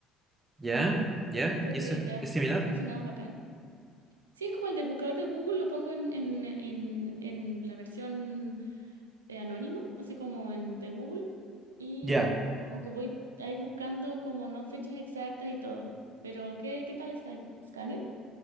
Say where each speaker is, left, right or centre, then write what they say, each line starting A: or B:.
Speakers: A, on the right; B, on the right.
A: ¿Ya? ¿Ya?
B: Siento
A: ¿Y
B: que,
A: eso es,
B: que ha, f-
A: es similar?
B: que ha funcionado bacán. Sí, es como el de buscador de Google, lo pongo en, en, en, en la versión eh, anónimo, así como en de Google. Y
A: Ya.
B: como que voy ahí buscando como no fechas exactas y todo. Pero, ¿qué, qué tal Skyscanner?